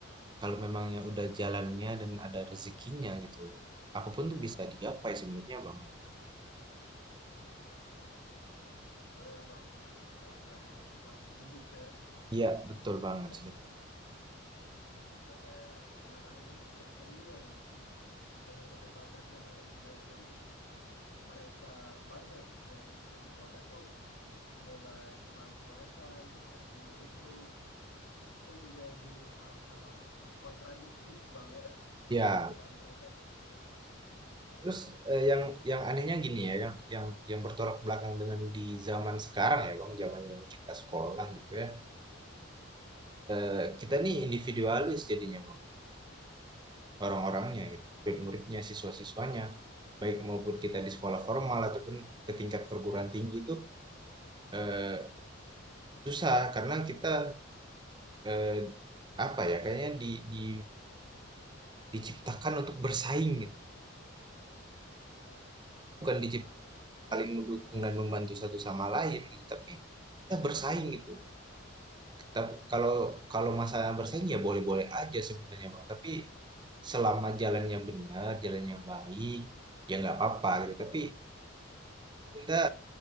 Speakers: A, on the right; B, on the left.
A: kalau memangnya udah jalannya dan ada rezekinya gitu, apapun tuh bisa digapai sebenarnya Bang.
B: Benar Bang. Sebagai motivasi hidup ya.
A: Iya, betul banget.
B: Dan
A: sebenarnya.
B: ngelihat anak-anak ini tetap ceria tuh. di tengah keterbatasannya. Sedangkan mereka banyak dari hidup di kota tuh mulai males-malesan, minta ini itu. Itu menjadi hal-hal kontradiktif Bang ya,
A: Ya,
B: yang ditampilkan
A: Terus eh, yang yang anehnya gini ya, yang yang yang bertolak belakang dengan di zaman sekarang ya, Bang, zaman kita sekolah gitu ya. Eh, kita nih individualis jadinya, Bang. Orang-orangnya gitu, murid-muridnya, siswa-siswanya, baik maupun kita di sekolah formal ataupun ke tingkat perguruan tinggi itu eh, susah karena kita eh, apa ya, kayaknya di, di diciptakan untuk bersaing gitu.
B: benar,
A: Bukan
B: pakat
A: diciptakan
B: Bang.
A: saling mendukung dan membantu satu sama lain gitu, tapi kita bersaing gitu Tapi kalau kalau masalah bersaing ya boleh-boleh aja sebenarnya Bang. Tapi selama jalannya benar, jalannya baik, ya nggak apa-apa gitu. Tapi ya kita